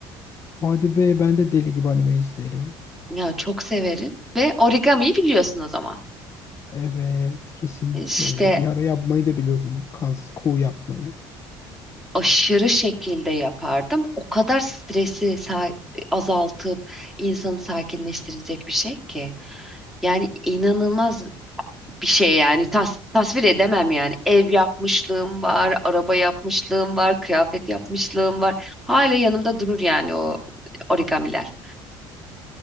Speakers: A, on the left (about 30°); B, in the centre.
A: Hadi be ben de deli gibi anime izlerim.
B: Ya çok severim ve origamiyi biliyorsunuz ama.
A: Evet kesinlikle.
B: İşte
A: Bir ara yapmayı da biliyordum. Kaz, kuğu yapmayı.
B: aşırı şekilde yapardım. O kadar stresi sa- azaltıp insanı sakinleştirecek bir şey ki. Yani inanılmaz bir şey yani Tas- tasvir edemem yani. Ev yapmışlığım var, araba yapmışlığım var, kıyafet yapmışlığım var. Hala yanımda durur yani o origamiler.